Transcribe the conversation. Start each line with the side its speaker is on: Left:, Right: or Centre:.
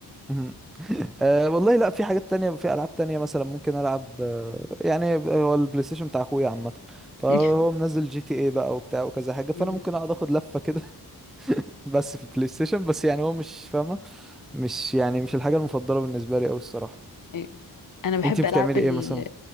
Centre: مهم. <laughs> أه والله لا في حاجات تانية في ألعاب تانية مثلا ممكن ألعب آه، يعني هو البلاي ستيشن بتاع أخويا عامة فهو
Left: <laughs>
Centre: منزل جي تي اي بقى وبتاع وكذا حاجة فأنا
Left: مم.
Centre: ممكن أقعد أخد لفة كده <laughs> بس في البلاي ستيشن بس يعني هو مش فاهمة مش يعني مش الحاجة المفضلة بالنسبة لي أوي الصراحة
Left: أيوة. انا بحب
Centre: أنت بتعملي
Left: العاب ال...
Centre: إيه مثلا؟